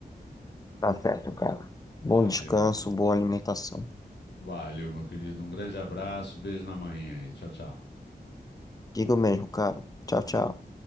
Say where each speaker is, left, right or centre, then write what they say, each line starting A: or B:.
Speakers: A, on the left (about 20°); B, on the left (about 85°).
A: Tá certo, cara. Bom
B: Valeu,
A: descanso,
B: então.
A: boa alimentação.
B: Valeu, meu querido. Um grande abraço, beijo na manhã e tchau, tchau.
A: Digo mesmo, cara. Tchau, tchau.